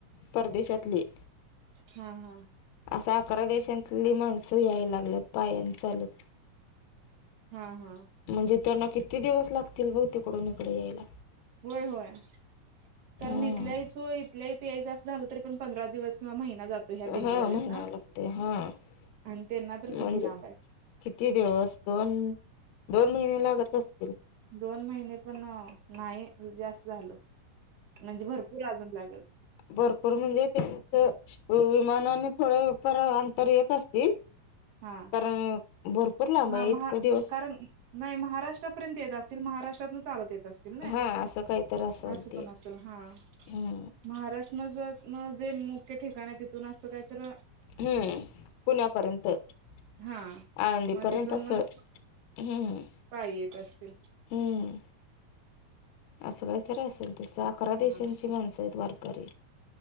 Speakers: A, on the left; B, on the right.
A: परदेशातली
B: हा हा
A: असा अकरा देशांतली माणसं याय लागल्यात पायान चालत
B: हा हा
A: म्हणजे त्यांना किती दिवस लागतील बघ तिकडून इकडे यायला?
B: होय होय कारण
A: हा
B: इथल्याही तो यायच झालं तरी पण पंधरा दिवस किंवा महिना जातो. ह्या दिंडीवाल्यांना
A: हा महिना लागते हा म्हणजे
B: आणि त्यांना तर किती लांब आहे
A: किती दिवस दोन दोन महिने लागत असतील
B: दोन महिने पण नाही जास्त झालं म्हणजे भरपूर अजून लागेल
A: भरपूर म्हणजे त्यांच विमानाने थोडे पर अंतर येत असतील
B: हा
A: कारण भरपूर लांब
B: हा
A: इतक
B: महा
A: दिवस
B: कारण नाही महाराष्ट्रापर्यंत येत असतील महाराष्ट्रातून चालत येत असतील. ना
A: हा असं काहीत असेल
B: असं
A: ते
B: पण असल हा
A: हम्म
B: महाराष्ट्र जर जे मुख्य ठिकाण आहे तिथून असं काय तर
A: हं पुण्यापर्यंत आळंदीपर्यंत
B: हा मग तिथून
A: अस
B: मग
A: हम्म
B: पायी येत असतील
A: हम्म असं काहीतरी असेल ते अकरा
B: हा
A: देशांची माणसं आहेत वारकरी